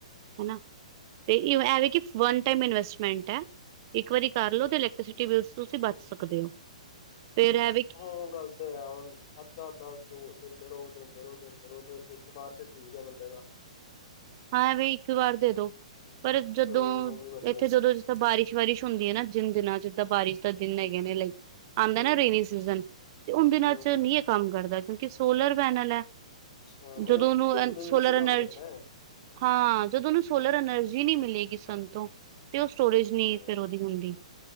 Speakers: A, on the right; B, on the left.
A: ਹਨਾ, ਤੇ ਈ ਐਵੇਂ ਕਿ ਵਨ ਟਾਈਮ ਇਨਵੈਸਟਮੈਂਟ ਐਂ ਇੱਕ ਵਾਰੀ ਕਰ ਲੋ, ਤੇ ਇਲੈਕਟ੍ਰੀਸਿਟੀ ਬਿਲਸ ਤੁਸੀਂ ਬਚ ਸਕਦੇ ਓ, ਫਿਰ ਏ
B: ਹਾਂ ਗੱਲ ਤੇ ਹੈ ਹੁਣ ਤਾ ਤਾ ਦੋ ਦੇਂਦੇ ਰਓ, ਦੇਂਦੇ ਰਓ, ਦੇਂਦੇ ਰਓ ਤੇ ਇੱਕ ਵਾਰ 'ਚ ਠੀਕ ਆ ਬੰਦੇ ਦਾ
A: ਹਾਂ ਵਈ ਇੱਕ ਵਾਰ ਦੇ ਦੋ, ਪਰ ਜਦੋਂ
B: ਹਮ ਉਹ ਵੀ ਵਧੀਆ
A: ਇੱਥੇ ਜਦੋਂ ਤਾਂ ਬਾਰਿਸ਼ ਵਾਰਿਸ਼ ਹੁੰਦੀ ਏ ਨਾ ਜਿੰਨ ਦਿਨਾਂ 'ਚ, ਜੀਦਾਂ ਬਾਰਿਸ਼ ਦਾ ਦਿਨ ਹੈਗੇ ਨੇ ਲਾਈ ਆਂਦਾਏ
B: ਹੂੰ,
A: ਨਾ ਰੇਨੀ ਸੀਜ਼ਨ, ਤੇ ਉਨ ਦਿਨਾਂ
B: ਹੂੰ।
A: 'ਚ ਨੀ ਏ ਕੰਮ ਕਰਦਾ ਕਿਉਂਕਿ ਸੋਲਰ ਪੈਨਲ ਐ
B: ਅੱਛਾ, ਮਤਲਬ
A: ਜਦੋਂ ਉਨੂੰ
B: ਧੁੱਪ
A: ਏ
B: ਦੇ
A: ਸੋਲਰ
B: ਵਿੱਚ ਹੀ ਕੰਮ
A: ਐਨਰਜੀ
B: ਕਰਦਾ ਹੈ।
A: ਹਾਂ, ਜਦੋਂ ਉਨੂੰ ਸੋਲਰ ਐਨਰਜੀ ਨੀ ਮਿਲੇਗੀ ਸੰਨ ਤੋਂ ਤੇ ਉ ਸਟੋਰੇਜ ਨੀ
B: ਹੂੰ।
A: ਫਿਰ ਉਦੀ ਹੁੰਦੀ,